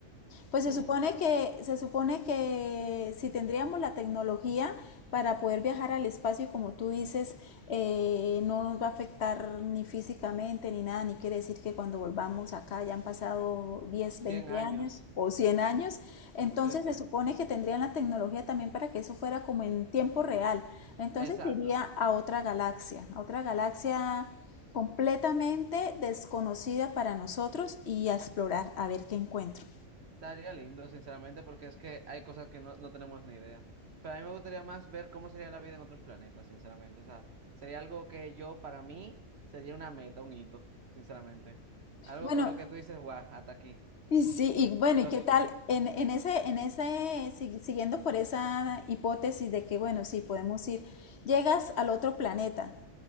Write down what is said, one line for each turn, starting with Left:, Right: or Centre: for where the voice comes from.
Left: Pues
Right: Mm,
Left: se supone que, se supone que si tendríamos la tecnología para poder viajar al espacio y como tú dices, eh, no nos va a afectar ni físicamente ni nada, ni quiere decir que cuando volvamos acá ya han pasado 10 veinte
Right: 100 años.
Left: años o 100 años, entonces
Right: Sí, sí,
Left: se supone que tendrían la tecnología también para que eso fuera como en tiempo real, entonces
Right: exacto.
Left: iría a otra galaxia, a otra galaxia completamente desconocida para nosotros y a explorar, a ver qué encuentro.
Right: Estaría lindo, sinceramente, porque es que hay cosas que no, no tenemos ni idea. Pero a mí me gustaría más ver cómo sería la vida en otros planetas, sinceramente. O sea, sería algo que yo, para mí, sería una meta, un hito, sinceramente. Algo
Left: Bueno,
Right: con lo que tú dices, guau, hasta aquí.
Left: y sí, y
Right: To-
Left: bueno,
Right: Todo
Left: ¿y qué
Right: lo que
Left: tal?
Right: quise.
Left: En, en ese, en ese, si- siguiendo por esa hipótesis de que, bueno, sí, podemos ir, llegas al otro planeta,